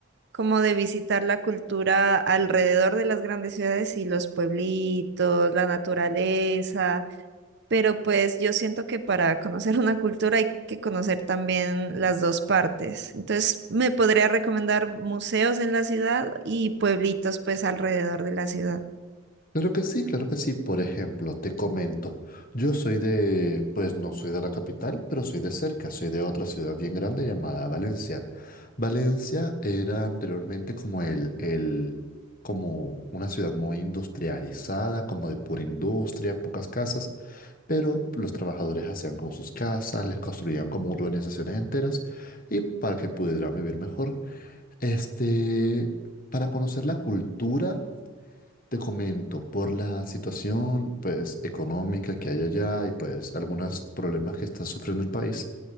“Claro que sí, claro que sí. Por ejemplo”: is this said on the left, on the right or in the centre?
Left